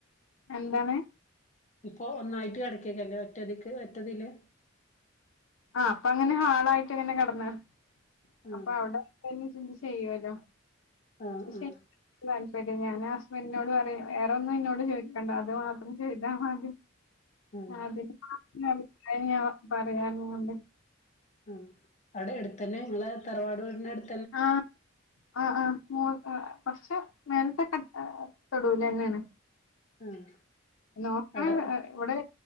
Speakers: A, on the left (about 75°); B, on the left (about 35°).
A: എന്താണ്?
B: ഇപ്പൊ ഒന്നായിട്ട് കെട്ക്കയ്ക്കാരല്ലേ ഒറ്റടിക്ക് ഒറ്റതില്?
A: ആഹ് ഇപ്പങ്ങനെ ഹാളായിട്ട്ങ്ങനെ കട്ന്ന്
B: ആഹ്
A: അപ്പൊ അവ്ടെ പൊന്നിചിന്തി ചെയ്യുവല്ലോ
B: ആഹ്
A: അത് ശരി
B: ആഹ്
A: ഇൻക്ക് താല്പര്യം ഞാന് ഹസ്ബൻ്റിനോട് പറിയും വേറൊന്നും ഇന്നോട് ചോയിക്കണ്ട അത് മാത്രം ചെയ്താമതി
B: ആഹ്
A: അതിന് മാത്രം അഭിപ്രായം ഞാൻ പറയാർഞ്ഞോണ്ട്
B: ആഹ് അവ്ടെ എടുത്തന്നെ ഇങ്ങളെ തറവാട് വീടിന്റെ എട്
A: ആഹ് ആഹ് ആഹ് മോൾക്ക് കൊറ്ച്ച് മേലത്തെ ക്ക തൊടൂലെന്നേണ്.
B: ആഹ്
A: നോക്ക
B: അവിടെ
A: ഇവടെ